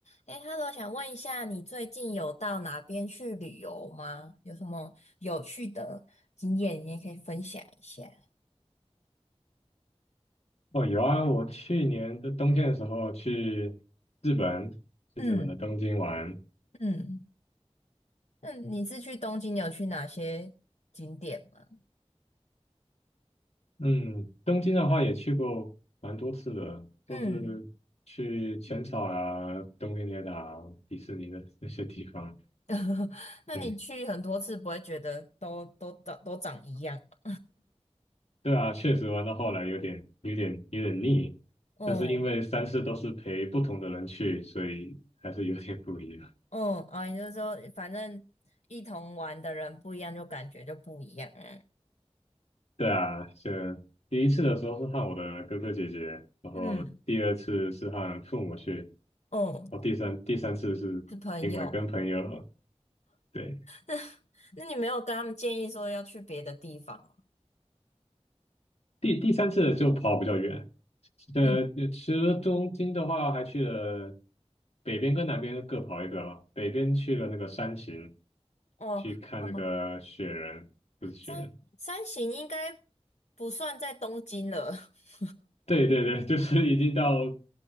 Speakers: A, on the left (about 85°); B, on the left (about 65°).
A: 哎，Hello，想问一下，你最近有到哪边去旅游吗？有什么有趣的经验，你也可以分享一下。
B: 哦，有啊，我去年的冬天的时候去日本，去日本的东京玩。
A: 嗯嗯，那你是去东京，有去哪些景点吗？
B: 嗯，东京的话也去过蛮多次的，都是去浅草啊、
A: 嗯，
B: 东京铁塔啊迪士尼的那些地方。
A: <laughs> 那你去很多次，
B: 对，
A: 不会觉得都都长都长一样吗？
B: 对啊，确实玩到后来有点、有点、有点腻，
A: 哦
B: 但是因为三次都是陪不同的人去，所以还是有点不一样。
A: 哦哦，你就说反正一同玩的人不一样，就感觉就不一样啊。
B: 对啊，先第一次的时候是和我的哥哥姐姐，然后第二次是和父母去，
A: 嗯，哦，
B: 哦，第三第三次是另外跟朋友，
A: 是朋友。
B: 对，
A: <laughs> 那你没有跟他们建议说要去别的地方吗？
B: 第第三次就跑比较远，呃，
A: 嗯，
B: 其实东京的话，还去了北边跟南边各跑一个啊，北边去了那个山形，
A: 哦，
B: 去看那个雪人，
A: 哦，
B: 不是雪人，
A: 三三型应该不算在东京了。<laughs>
B: 对对对，<laughs> 就是已经到